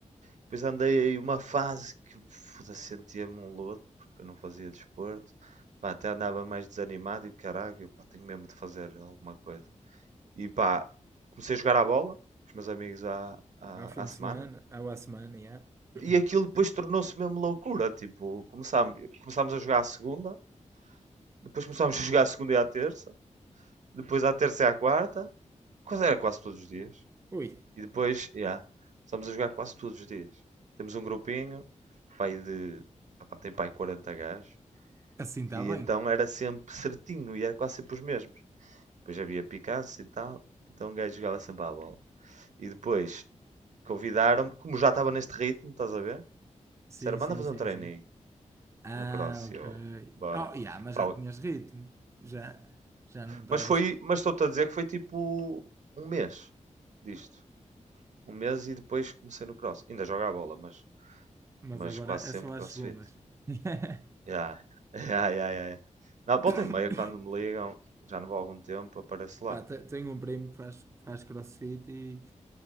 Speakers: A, on the right (about 70°); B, on the right (about 20°).
A: Depois andei aí uma fase que foda-se, sentia-me um lodo, porque eu não fazia desporto. Pá, até andava mais desanimado e caralho, pá, tenho mesmo de fazer alguma coisa. E pá, comecei a jogar à bola com os meus amigos à, à,
B: ao fim
A: à semana.
B: de semana, ao à semana, já. <coughs>
A: E aquilo depois tornou-se mesmo loucura. Tipo, começámos, começámos a jogar à segunda, depois começámos a <laughs> jogar à segunda e à terça, depois à terça e à quarta, quase era quase todos os dias.
B: Ui,
A: E depois, yeah, começámos a jogar quase todos os dias. Temos um grupinho, pai de. opá, tem pai 40 gajos.
B: assim está
A: E
B: bem.
A: então era sempre certinho e era quase sempre os mesmos. Depois havia picância e tal. Então um gajo jogava sempre à bola. E depois convidaram-me, como já estava neste ritmo, estás a ver?
B: Sim,
A: Disseram,
B: sim,
A: manda fazer
B: sim,
A: um treininho
B: sim. Ah,
A: no cross. E
B: ok.
A: eu, bora.
B: Oh, yeah, mas
A: Pá,
B: já tinhas ritmo. Já, já não estavas.
A: mas foi, mas estou-te a dizer que foi tipo um mês disto. Um mês e depois comecei no cross. Ainda jogo a bola, mas,
B: Mas
A: mas
B: agora
A: quase sempre
B: é só às
A: crossfit.
B: segundas. <coughs>
A: Yeah. Yeah, yeah, yeah. <laughs> Na volta
B: <laughs>
A: e meia, quando me ligam, já não vou há algum tempo, apareço lá.
B: Pá, te- tenho um primo que faz, que faz crossfit